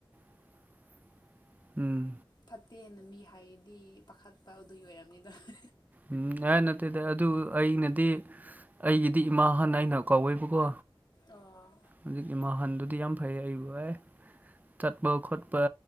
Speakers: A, on the right; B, on the left.
A: <unintelligible> ꯎꯝ
B: ꯐꯠꯇꯦꯅ ꯃꯤ ꯍꯥꯏꯗꯤ ꯄꯥꯈꯠꯄ ꯑꯗꯨꯏ ꯑꯣꯏꯔꯝꯅꯤꯗꯅ
A: ꯎꯝ ꯑꯦ ꯅꯠꯇꯦꯗ ꯑꯗꯨ ꯑꯩꯅꯗꯤ ꯑꯩꯒꯤꯗꯤ ꯏꯃꯥ ꯍꯥꯟꯅ ꯑꯩꯅ ꯀꯥꯎꯋꯦꯕꯀꯣ
B: ꯑꯣ
A: ꯍꯧꯖꯤꯛꯀꯤ ꯃꯍꯜꯗꯨꯗꯤ ꯌꯥꯝ ꯐꯩ ꯑꯩꯕꯨꯣꯦ ꯆꯠꯕꯧꯈꯠꯄ